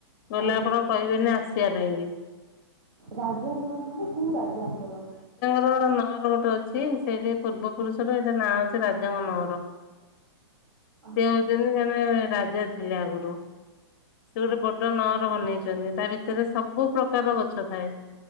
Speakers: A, on the left; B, on the right.
A: ଗଲେ
B: ଆଜ୍ଞା
A: ଆପଣ କହିବେନି ଆସିବା ପାଇଁ ବି।
B: ରାଜା ନଅର ମାନେ କୋଉ ରାଜାଙ୍କର?
A: ଙ୍କ ନଅର ଗୋଟେ ଅଛି, ସେଇଠି ପୂର୍ବପୁରୁଷର ସେଇଟା ନାଁ ଅଛି ରାଜାଙ୍କ ନଅର।
B: ଆଚ୍ଛା
A: ସେ ହଉଛନ୍ତି ଜଣେ ରାଜା ଥିଲେ ଆଗରୁ। ସେ ଗୋଟେ
B: ଆଚ୍ଛା
A: ବଡ ନଅର ବନେଇଛନ୍ତି, ତା ଭିତରେ ସବୁ ପ୍ରକାରର ଗଛ ଥାଏ।